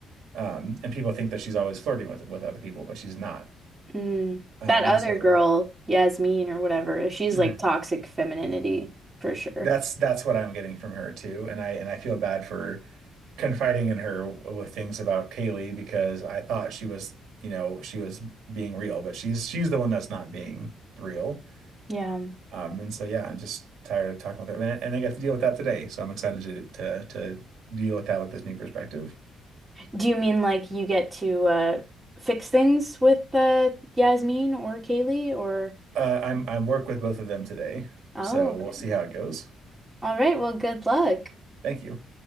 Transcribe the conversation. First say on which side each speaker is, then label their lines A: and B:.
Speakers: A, on the right (about 80°); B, on the right (about 25°).
A: Um and people think that she's always flirting with with other people, but she's not.
B: Mm.
A: Um
B: That other
A: and so
B: girl, Yasmin or whatever, she's
A: Mhm.
B: like toxic femininity for sure.
A: that's that's what I'm getting from her too. And I and I feel bad for confiding in her with things about Kaylee because I thought she was, you know, she was being real, but she's she's the one that's not being real.
B: Yeah.
A: Um, and so yeah, I'm just tired of talking with her, and, and I got to deal with that today. So I'm excited to to to deal with that with this new perspective.
B: Do you mean like you get to uh fix things with uh Yasmin or Kaylee or?
A: Uh, I'm I work with both of them today,
B: Oh,
A: so
B: okay.
A: we'll see how it goes.
B: All right. Well, good luck.
A: Thank you.